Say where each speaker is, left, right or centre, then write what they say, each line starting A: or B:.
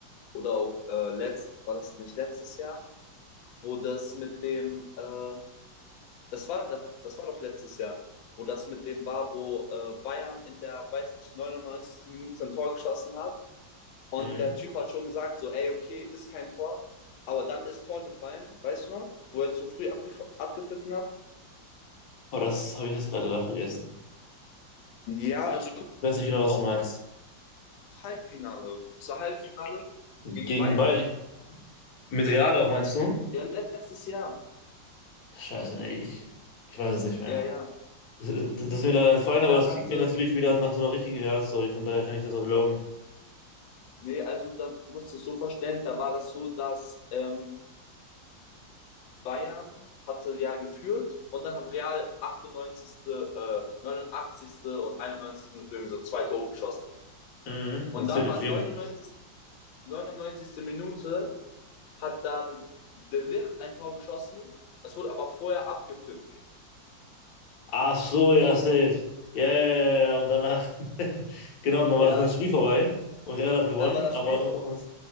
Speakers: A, on the left; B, on the left.
A: oder auch äh, letzt, war das nicht letztes Jahr, wo das mit dem, äh, das war doch, das war doch letztes Jahr, wo das mit dem war, wo äh, Bayern in der, weiß nicht, 99. Minute ein Tor geschossen hat und
B: Mhm.
A: der Typ hat schon gesagt, so, ey, okay, ist kein Tor, aber dann ist Tor gefallen, weißt du noch, wo er zu früh abgef abgepfiffen hat.
B: Oh, das habe ich jetzt gerade leider vergessen.
A: Ja,
B: Ich
A: also
B: ich weiß nicht genau, was
A: auch
B: du meinst.
A: Halbfinale. Das war Halbfinale
B: Gegen
A: gegen Bayern.
B: Bayern. Mit Real auch, meinst du?
A: Ja, letztes Jahr.
B: Scheiße, nee, ich, ich weiß es nicht mehr.
A: Ja, ja.
B: Das das ist mir leider entfallen, aber
A: Da
B: das
A: hatte,
B: klingt mir natürlich wieder nach so einer richtigen Real-Story, von daher kann ich das auch glauben.
A: nee, also da, du musst dir das so vorstellen, da war das so, dass ähm, Bayern hatte ja geführt und dann hat Real 98., äh, 89. und 91. Minute irgendwie so zwei Tore geschossen.
B: Mhm,
A: Und
B: natürlich.
A: dann war
B: Wir
A: 99.
B: haben-
A: 99. Minute hat dann De Ligt ein Tor geschossen. Das wurde aber vorher abgepfiffen.
B: Ach so, ja,
A: Und
B: safe. Ja, ja, ja, ja, ja. und danach, <laughs> genau, und dann
A: ja,
B: war das ganze Spiel vorbei und Real hat gewonnen,
A: dann war das
B: aber
A: Spiel.
B: un- uns,